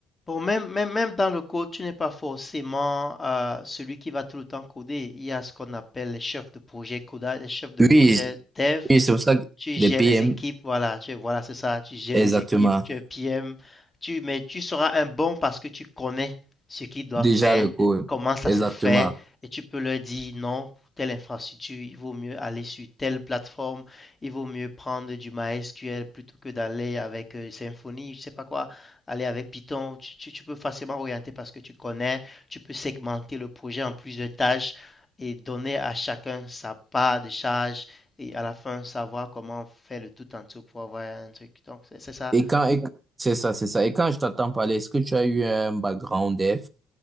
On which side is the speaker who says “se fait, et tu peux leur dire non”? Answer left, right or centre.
Left